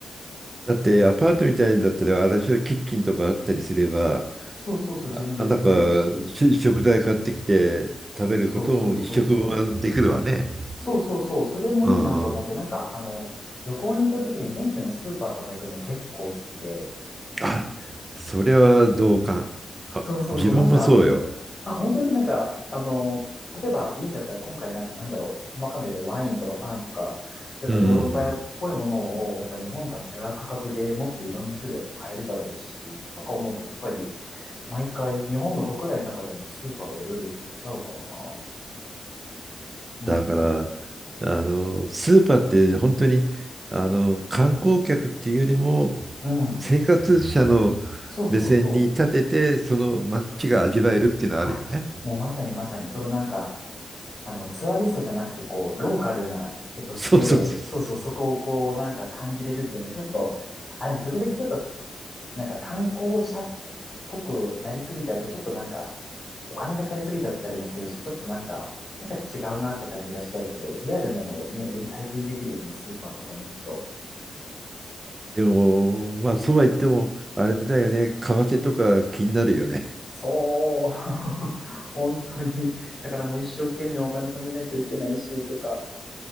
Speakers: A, on the right; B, on the left.
A: だってアパートみたいだったら、あれでしょ、キッチンとかあったりすれば、
B: そうそうそう、
A: あ、
B: 自分で作れるし。
A: あなんかし食材買ってきて食べることも一食分はできるわね。
B: そうそうそうそう。そうそうそう、それもいいなと思って、
A: うんうん。
B: なんか、あの、旅行に行った時に現地のスーパーとか行くの結構好きで、
A: あ、それは同感。あ、
B: そうそうそう、
A: 自分もそうよ。
B: なんか、あ、本当になんか、あの、例えばビーンだったら今回なんかなんだろう、あんまわかんないけど、ワインとかパンとか、やっぱヨーロッパっぽいものを、
A: うんうんうん。
B: やっぱ日本とは違う価格でもっといろんな種類やって買えるだろうし、とか思うと、やっぱり毎回日本の国内の中でもスーパーはいろいろ行っちゃうかな。うん。
A: だから、あの、スーパーって本当に、あの、観光客っていうよりも、
B: うん。
A: 生活者の目線に立てて、
B: そうそうそう。
A: その街が味わえるっていうのはあるよね。
B: あ、もうまさにまさに、そのなんか、あの、ツアリストじゃなくて、こう、ローカルな人として、
A: そうそうそう。
B: そうそう、そこをこう、なんか感じれるっていうのが、ちょっと、あれね、時々ちょっと、なんか観光者っぽくなりすぎちゃうと、ちょっとなんか、お金かかりすぎちゃったりもするし、ちょっとなんか、なんか違うなって感じがしちゃうけど、リアルなのをね、より体験できるよね、スーパーとかに行くと。
A: でも、まあ、そうは言っても、あれだよね、為替とか気になるよね。
B: そう、<laughs> 本当に。だからもう一生懸命お金貯めないといけないし、とか、